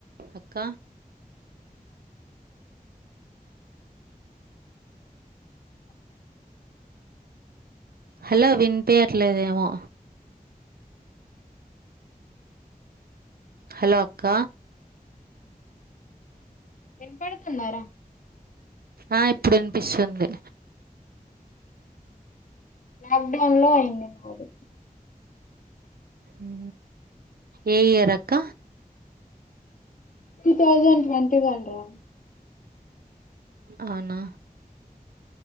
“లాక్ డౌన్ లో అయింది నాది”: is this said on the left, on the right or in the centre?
Left